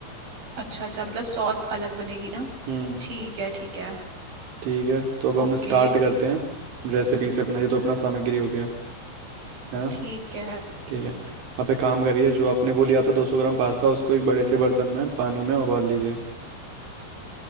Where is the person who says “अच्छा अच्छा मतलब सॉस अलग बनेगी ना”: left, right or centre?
Right